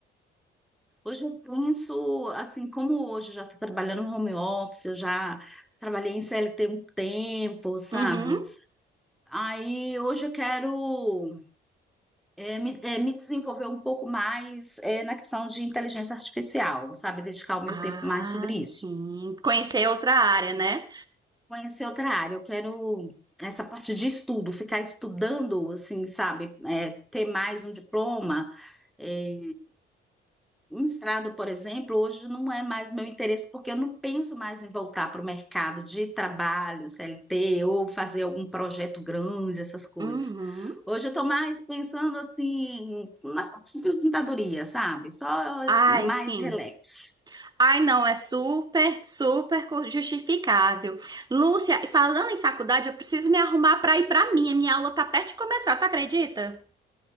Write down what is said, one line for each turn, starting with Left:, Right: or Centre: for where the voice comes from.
Centre: hoje eu penso, assim, como hoje eu já estou trabalhando no home office, eu já trabalhei em CLT um tempo, sabe?
Right: Uhum.
Centre: Aí hoje eu quero é, me, é, me desenvolver um pouco mais é, na questão de inteligência artificial, sabe? Dedicar o meu
Right: Ah,
Centre: tempo mais sobre
Right: sim.
Centre: isso.
Right: Conhecer outra área, né?
Centre: Conhecer outra área, eu quero essa parte de estudo, ficar estudando, assim, sabe? É, ter mais um diploma. É, um mestrado, por exemplo, hoje não é mais meu interesse, porque eu não penso mais em voltar para o mercado de trabalho, CLT, ou fazer algum projeto grande, essas coisas.
Right: Uhum.
Centre: Hoje eu estou mais pensando assim na aposentadoria, sabe? Só
Right: Ai,
Centre: mais
Right: sim.
Centre: relax.
Right: Ai, não, é super, super co- justificável. Lúcia, falando em faculdade, eu preciso me arrumar para ir para minha. Minha aula tá perto de começar, tu acredita?